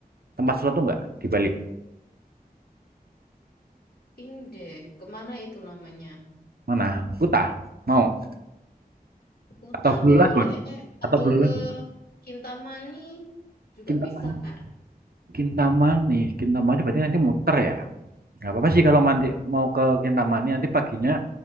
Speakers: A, on the right; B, on the left.
A: tempat sesuatu nggak di Bali?
B: ini deh, kemana itu namanya?
A: Mana? Kuta. Mau?
B: Kuta
A: Atau Blue
B: boleh,
A: Lagoon?
B: atau
A: Atau Blue
B: ke
A: Lagoon?
B: Kintamani juga
A: Kintamani.
B: bisa kan?
A: Kintamani. Kintamani berarti nanti muter ya. Nggak apa-apa sih kalau nanti mau ke Kintamani nanti paginya